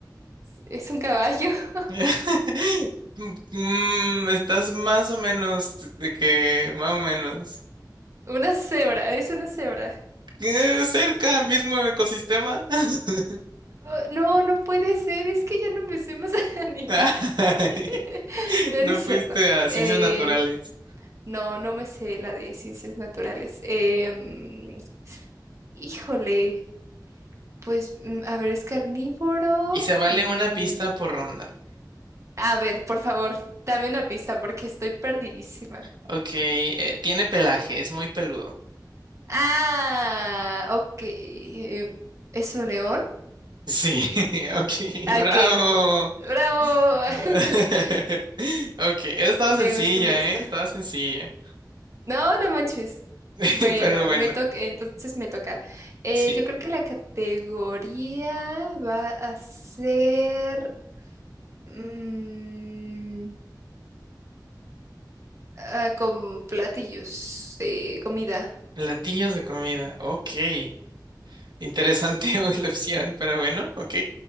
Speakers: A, on the right; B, on the right.
A: Es un caballo. <laughs>
B: <laughs> Mm, estás más o menos de que, más o menos.
A: Una cebra, es una cebra.
B: Eh, cerca, mismo ecosistema. <laughs>
A: No, no no puede ser, es que ya no me sé más <laughs> animales.
B: Ay,
A: <laughs>
B: <laughs>
A: No,
B: No
A: no es
B: fuiste
A: cierto.
B: a ciencias
A: Eh,
B: naturales.
A: no, no me sé la de ciencias naturales. Em, híjole, pues, mm, a ver, es carnívoro
B: Y se vale
A: y...
B: una pista por ronda.
A: A ver, por favor, dame una pista porque estoy perdidísima.
B: Ok, eh, tiene pelaje, es muy peludo.
A: Ah, ok. eh, ¿Es un león?
B: Sí, <laughs> ok,
A: ¿A
B: bravo.
A: qué? ¡Bravo!
B: <laughs>
A: <laughs>
B: Ok, eso estaba
A: Me
B: sencilla,
A: gusta, me gusta.
B: ¿eh? Estaba sencilla.
A: No, no manches.
B: <laughs>
A: Bueno,
B: Pero bueno,
A: me toca, entonces me toca. Eh,
B: sí.
A: yo creo que la categoría va a ser mm, ah, como platillos de comida.
B: Platillos de comida, ok. Interesante <laughs> la opción, pero bueno, ok.